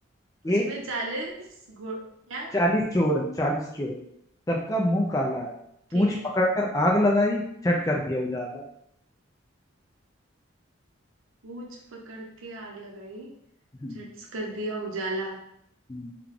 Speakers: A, on the left; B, on the right.
A: एक
B: उसमें चालीस घोड़ क्या
A: चालीस चोर है चालीस चोर सबका मुंह काला है
B: ठीक
A: पूंछ
B: है
A: पकड़ कर आग लगाई झट कर दिया उजाला
B: पूंछ पकड़ के आग लगाई
A: हम्म,
B: झट्स कर दिया उजाला
A: हम्म।